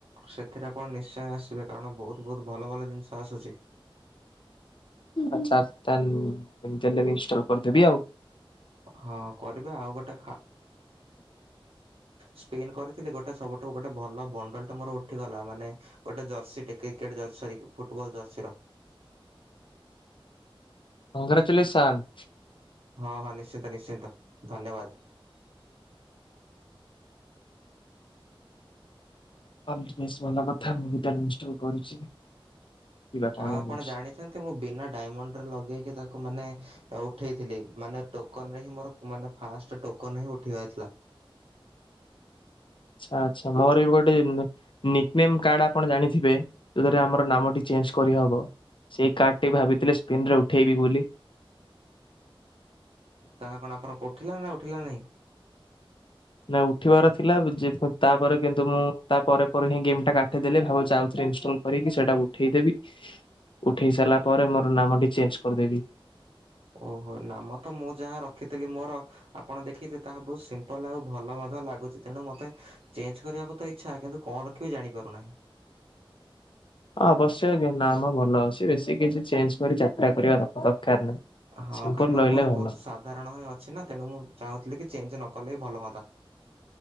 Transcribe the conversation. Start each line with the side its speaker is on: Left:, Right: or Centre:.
Right: ସେଥିରେ ଆପଣ ନିଶ୍ଚୟ ଆସିବେ କାରଣ ବହୁତ ବହୁତ ଭଲ ଭଲ ଜିନିଷ ଆସୁଛି।
Left: ଆଚ୍ଛାମତି ହେଲେ ବି ଇନଲ କରିଦେବି ଆଉ।
Right: ହଁ କରିବେ ଆଉ ଗୋଟେ ସ୍ପେନ କରିଥିଲି ଗୋଟେ ସବୁଠୁ ଗୋଟେ ଭଲ ବଣ୍ଡଲଟା ମୋର ଉଠିଗଲା ମାନେ ଗୋଟେ ଜର୍ସିଟେ କ୍ରିକେଟ ଜର୍ସି ଫୁଟବଲ ଜର୍ସିର
Left: ମଙ୍ଗରଚଥିଲେ ସାନ୍
Right: ହଁ ହଁ ନିଶ୍ଚିନ୍ତ ନିଶ୍ଚିନ୍ତ ଧନ୍ୟବାଦ।
Left: ଅଲଟ ବସ୍ ଭଲ କଥା ମୁଁ ଭିତରେ ଇନଷ୍ଟଲ୍ କରୁଛି। ଦେଖିବା କଣ
Right: ଆଉ ଆପଣ
Left: ହଉଛି।
Right: ଜାଣିଛନ୍ତି ମୁଁ ବିନା ଡାଇମଣ୍ଡ ରେ ଲଗେଇକି ତାକୁ ମାନେ ଉ ଉଠାଇଥିଲି ମାନେ କହ୍ନେନା କି ମୋର ମାନେ ଫାଷ୍ଟ ଟୋକନ ହିଁ ଉଠିବାରଥିଲା।
Left: ଆଛା ଆ୍ଛା ମୋର ବି ଗୋଟେନେ କାର୍ଡ ଆପଣ ଜାଣିଥିବେ ଯଉରେ ଆମର ନାମଟି ଚେଞ୍ଜ କରିହବ। ସେଇ କାର୍ଡ ଟି ବି ଭାବିଥିଲେ ପିନରେ ଉଠେଇବି ବୋଲି।
Right: ତାହା କଣ ଆପଣଙ୍କ ଉଠିଲା ନା ଉଠିଲା ନାହିଁ?
Left: ନା ଉଠିବାର ଥିଲା ତ ଚେ ତାପରେ କିନ୍ତୁ ମୁଁ ତାପରେ ପରେ ହିଁ ଗେମ୍ ଟା କାଟିଦେଲି ଭାବୁଚି ଆଉଥରେ ଇନଷ୍ଟଲ କରିକି ସେଇଟାକୁ ଉଠେଇଦେବି ଉଠେଇ ସାରିଲା ପରେ ମୋର ନାମଟି ଚେଞ୍ଚ କରିଦେବି।
Right: ଓହୋ ନାମ ତ ମୁଁ ଯାହା ରଖିଥିଲି ମୋର ଆପଣ ଦେଖି ଥିବେ ତାହା ବହୁତ ସିମ୍ପଲ ଆଉ ଭଲ ମଧ୍ୟ ଲାଗୁଛି ତେଣୁ ମତେ ଚେଞ୍ଚ କରିବାକୁ ତ ଇଚ୍ଛା କିନ୍ତୁ କଣ ରଖିବି ଜାଣିପାରୁନାହିଁ।
Left: ହଁ ଅବଶ୍ୟ କି ନା ଆମ ଭଲ ଅଛି ବେଶୀ କିଛି ଚେଞ୍ଚ କରି ଯାତ୍ରା କରିବା <unintelligible>
Right: ହଁ
Left: ସିମ୍ପୁଲ
Right: କାରଣ
Left: ରହିଲେ
Right: ମୋର
Left: ଭଲ
Right: ବହୁତ ସାଧାରଣ ହିଁ ଅଛି ନା ତେଣୁ ମୁଁ ଚାହୁଁଥିଲି କି ଚେଞ୍ଚ ନକ କଲେ ଭଲ ହୁଅନ୍ତା।